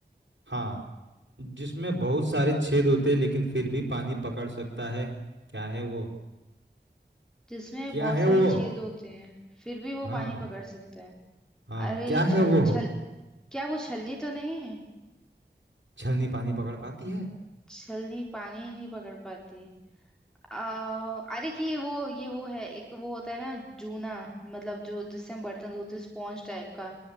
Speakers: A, on the right; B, in the centre.
A: हाँ जिसमें बहुत सारे छेद होते हैं लेकिन फिर भी पानी पकड़ सकता है क्या है वो
B: जिसमें
A: क्या
B: बहुत
A: है
B: सारे
A: वो
B: छेद होते हैं फिर भी वो
A: हाँ
B: पानी पकड़ सकते हैं
A: हाँ
B: अरे
A: क्या
B: ये
A: है
B: छल
A: वो
B: छल क्या वो छलनी तो नहीं
A: छलनी पानी पकड़ पाती है
B: छलनी पानी ही नहीं पकड़ पाती आ, अरे कि ये वो ये वो है एक वो होता है ना जूना मतलब जो जिससे हम बर्तन धोते हैं स्पॉन्ज टाइप का